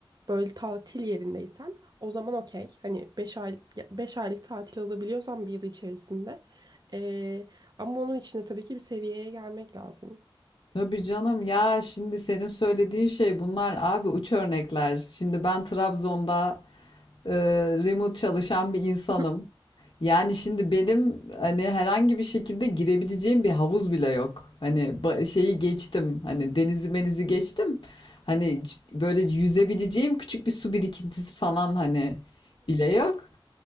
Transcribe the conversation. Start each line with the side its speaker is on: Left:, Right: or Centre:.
Right: böyle tatil yerindeysen o zaman okey. Hani beş ay 5 aylık tatil alabiliyorsan bir yıl içerisinde. Eee, ama onun için de tabii ki bir seviyeye gelmek lazım.
Left: Tabii canım ya şimdi senin söylediğin şey bunlar abi uç örnekler. Şimdi ben Trabzon'da e, remote çalışan bir insanım.
Right: <laughs>
Left: Yani şimdi benim hani herhangi bir şekilde girebileceğim bir havuz bile yok. Hani ba- şeyi geçtim. Hani denizi menizi geçtim. Hani c- böyle yüzebileceğim küçük bir su birikintisi falan hani bile yok.